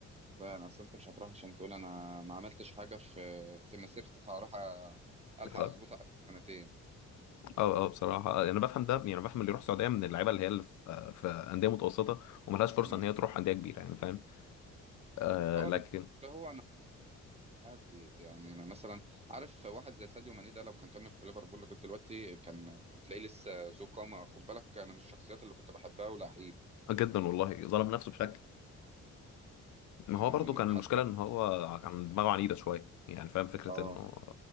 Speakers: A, on the right; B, on the left.
A: فعلا اصل انت مش هتروح عشان تقول انا ما عملتش حاجه في في مسيرتي فهروح أ- الحق
B: <laughs> اه
A: اظبطها آخر سنتين
B: اه آه، بصراحة آه، يعني انا بفهم ده يعني بفهم اللي يروح السعودية من اللعيبة اللي هي اللي في آه، في أندية متوسطة وملهاش فرصة
A: مم.
B: ان هي تروح أندية كبيرة يعني فاهم آه
A: اه
B: لكن
A: اللي هو عادي يعني انا مثلا عارف واحد زي ساديو ماني ده لو كان كمل في ليفربول لغايه دلوقتي كان هتلاقيه لسه ذو قامه خد بالك انا من الشخصيات اللي كنت بحبها ولعيب
B: جدا والله ظلم نفسه بشكل ما
A: يعني
B: هو برضه كان
A: حتى
B: المشكلة ان هو كان دماغه عنيدة شوية يعني فاهم فكرة
A: اه
B: انه